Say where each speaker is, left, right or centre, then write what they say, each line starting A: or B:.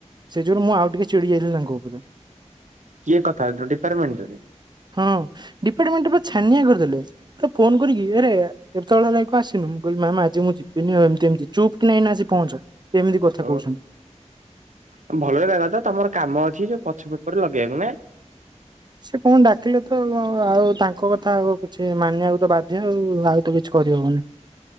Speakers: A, on the right; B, on the right.
A: ସେ ଯୋଗୁରୁ ମୁଁ ଆଉ ଟିକେ ଚିଡି ଯାଇଥିଲି ତାଙ୍କ ଉପରେ।
B: କିଏ କଥା ଡିପାର୍ମେଣ୍ଟରେ?
A: ହଁ ଡିପାର୍ଟମେଣ୍ଟ ପୁରା ଛାନିଆ କରିଦେଲେ। ମତେ ଫୋନ କରିକି ଆରେ ଏତେବେଳ ହେଲାଣି କଣ ଆସିନୁ ମୁଁ କ କହିଲି ମ୍ୟାମ୍ ଆଜି ମୁଁ ଯିବିନି ଆଉ ଏମତି ଏମତି ଚୁପ୍ କିନା ଏନା ଆସି ପହଞ୍ଚ ଏମିତି କଥା
B: ହ
A: କହୁଛନ୍ତି।
B: ଓ ଭଲରେ ହେଲା ତ ତମର କାମ ଅଛି ଯୋଉ ପଛୁ ପେପରରେ ଲଗେଇବାକୁ ନା
A: ସେ କଣ ଡାକିଲେ ତ ଆଉ ତାଙ୍କ ତାଙ୍କ କଥା ଆଉ କିଛି ମାନିବାକୁ ତ ବାଧ୍ୟ ଆଉ ଆଉ ତ କିଛି କରିହବନି।